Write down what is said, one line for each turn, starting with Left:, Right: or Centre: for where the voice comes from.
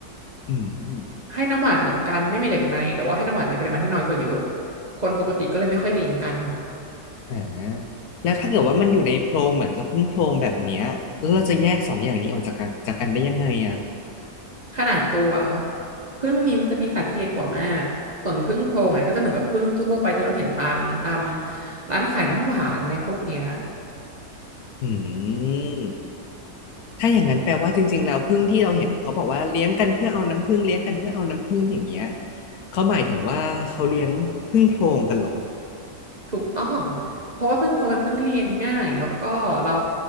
Left: อืม
Right: ให้น้ำหวานเหมือนกันไม่มีเหล็กในแต่ว่าให้น้ำหวานในปริมาณที่น้อยกว่าเยอะคนปกติก็เลยไม่ค่อยเลี้ยงกัน
Left: อ่าแล้วถ้าเกิดว่ามันอยู่ในโพรงเหมือนกับผึ้งโพรงแบบเนี้ยแล้วเราจะแยกสองอย่างนี้ออกจากกันจากกันได้ยังไงอะ
Right: ขนาดตัวผึ้งมีมันจะมีขนาดที่เล็กกว่ามากส่วนผึ้งโพรงอ่ะก็จะเหมือนกับผึ้งทั่วๆไปที่เราเห็นตามตามร้านขายน้ำหวานอะไรพวกเนี้ย
Left: อืม ถ้าอย่างนั้นแปลว่าจริงๆแล้วผึ้งที่เราเห็นเขาบอกว่าเลี้ยงกันเพื่อเอาน้ำผึ้งเลี้ยงกันเพื่อเอาน้ำผึ้งอย่างเงี้ยเขาหมายถึงว่าเขาเลี้ยงผึ้งโพรงกันเหรอ
Right: ถูกต้องเพราะว่าผึ้งโพรงเป็นผึ้งที่เลี้ยงง่ายแล้วก็เรา